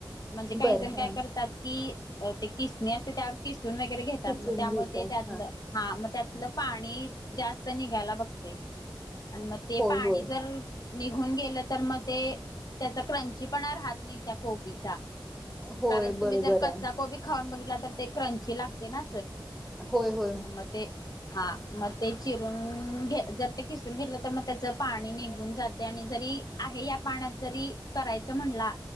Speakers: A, on the left; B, in the centre.
A: म्हणजे काही
B: बरं
A: जण
B: हा
A: काय करतात की ते किसनी असते त्यावर कि सून वगैरे घेतात
B: किसून
A: मग त्यामुळे
B: घेतात
A: ते त्यातलं
B: हा
A: हा मग त्यातलं पाणी जास्त निघायला बघते. आणि मग ते
B: होय
A: पाणी
B: होय.
A: जर निघून गेलं तर मग ते त्याच क्रंची पण राहात नाही, त्या कोबीचा
B: होय
A: कारण
B: बरोबर
A: तुम्ही जर कच्
B: आहे
A: कोबी खाऊन बघ तर ते क्रंची लागते ना.
B: होय हो.
A: म ते हा. मग ते चिरून घ जर ते खिसून गेलं तर मग त्याच पाणी निघून जाते आणि जरी या पाण्यात जरी करायच म्हणला.